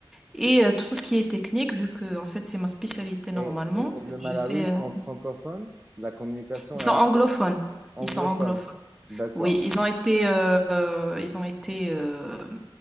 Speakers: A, in the centre; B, on the right.
A: Et euh, tout ce qui est technique, vu que en fait c'est ma spécialité normalement,
B: Et, et, et le
A: vu que
B: Malawi
A: je fais.
B: ils sont
A: euh,
B: francophones, la communication
A: Ils
B: est
A: sont
B: assez
A: anglophones.
B: anglophone.
A: Ils sont anglophones.
B: D'accord.
A: Oui, ils ont été, euh, euh, ils ont été, euh,